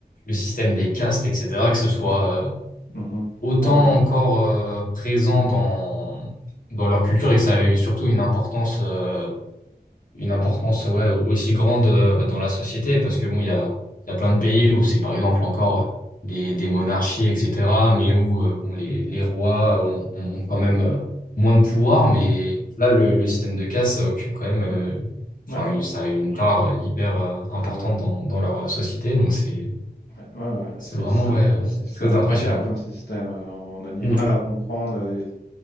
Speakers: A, on the left; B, on the left.
A: le système des castes, etc., que ce soit
B: Mhm.
A: euh,
B: Mhm.
A: autant
B: Je comprends.
A: encore euh, présent dans, dans leur culture et que ça a eu surtout une importance euh, une importance ouais, au- aussi grande euh, dans la société parce que bon, il y a, il y a plein de pays où c'est par exemple encore des, des monarchies, etc., mais où euh, bon, les, les rois ont, ont- ont quand même euh, moins de pouvoir, mais là, le, le système de caste, ça occupe quand même, euh,
B: Ouais.
A: enfin, une- ça a une part euh, hyper euh, importante
B: Ah ouais.
A: dans, dans leur société, donc c'est,
B: Ouais, ouais,
A: c'est
B: c'est
A: vraiment
B: c'est-
A: ouais, euh, quelque
B: c'est
A: chose
B: incroyable
A: d'impressionnant.
B: comme système. euh, On a du
A: Mm.
B: mal à comprendre. euh,